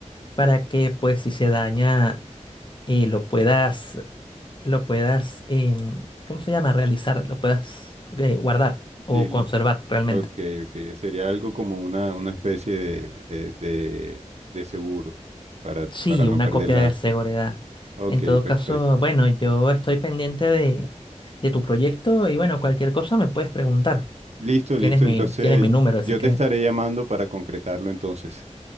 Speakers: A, on the left; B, on the right.
A: para que pues si se daña eh, lo puedas, lo puedas, em, ¿cómo se llama? Realizar, lo puedas eh, guardar o
B: Sí,
A: conservar realmente.
B: ok, ok, sería algo como una, una especie de, eh, de, de seguro para,
A: Sí,
B: para no
A: una
B: perderla.
A: copia de seguridad.
B: Ok,
A: En todo
B: perfecto.
A: caso, bueno, yo estoy pendiente de, de tu proyecto y bueno, cualquier cosa me puedes preguntar.
B: Listo,
A: Tienes
B: listo,
A: mi,
B: entonces
A: tienes mi número, así
B: yo
A: que
B: te estaré llamando para concretarlo entonces.